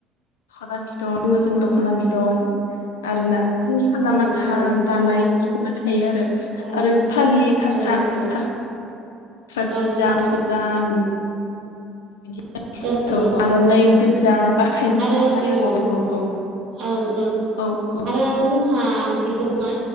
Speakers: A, on the left; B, on the right.
A: ख'ना बिदन बुंङो जों दख'ना बिदन आरोना बिदिनो साला
B: औ
A: माथान
B: नंगौ
A: दानाय बिदिबो थायो आरो
B: ओं
A: आरो फालि फास्रा
B: औ नंगौ
A: फास स्रा गोजा
B: ओं
A: गस्ला गोजा <unintelligible> बिदिनो
B: ओं नंगौ
A: औ आर'नाइ गोजा बा खायमा
B: आरो
A: बि थायो
B: ओम
A: औ औ औ।
B: ओं ओं
A: औ औ
B: आरो जोंहा बेल' नङा